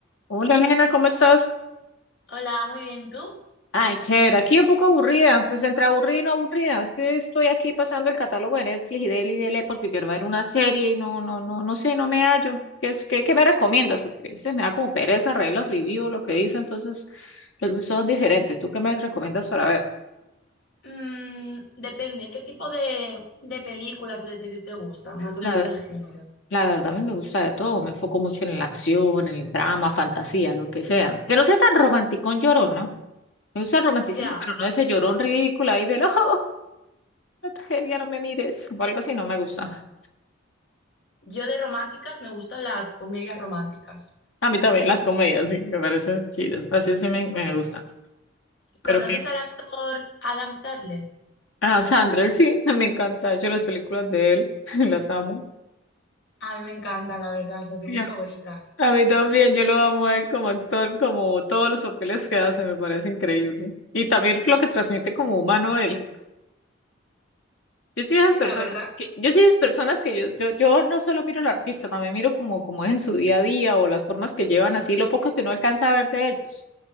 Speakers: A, on the left (about 80°); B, on the left (about 65°).
A: Hola, nena, ¿cómo estás?
B: Hola, muy bien. ¿Y tú?
A: Ay, chévere, aquí un poco aburrida, pues entre aburrida y no aburrida, es que estoy aquí pasando el catálogo de Netflix y dele y dele porque quiero ver una serie y no, no, no, no sé, no me hallo. ¿Qué es, qué, qué me recomiendas? Porque se me da como pereza reír los reviews, lo que dicen, entonces los gustos son diferentes. ¿Tú qué me recomiendas para ver?
B: Mm, depende, ¿qué tipo de, de películas o de series te gustan? Más o
A: La,
B: menos el género.
A: la verdad, a mí me gusta de todo, me enfoco mucho en la acción, en el drama, fantasía, lo que sea. Que no sea tan romanticón llorón, ¿no? Me gusta el romanticismo,
B: Ya,
A: pero no ese llorón ridículo ahí del <laughs> ojo. la tragedia, no me mires, o algo así, no me gusta.
B: yo de románticas me gustan las comedias románticas.
A: A mí también las comedias, sí, me parecen chidas, así sí me, me gusta. Pero
B: ¿Conoces
A: que
B: al actor Adam Sandler?
A: a Sandler sí, <laughs> me encanta, de hecho las películas de él, <laughs> las amo.
B: A mí me encantan, la verdad, o sea, son
A: Y
B: mis
A: A
B: favoritas.
A: a mí también, yo lo amo a él como actor, como todos los papeles que hace, me parece increíble. Y también lo que transmite como humano él. Yo soy
B: Sí,
A: de esas personas
B: la verdad,
A: que, yo soy de esas personas que yo, yo, yo no solo miro al artista, también miro como, como es en su día a día o las formas que llevan así, lo poco que uno alcanza a ver de ellos.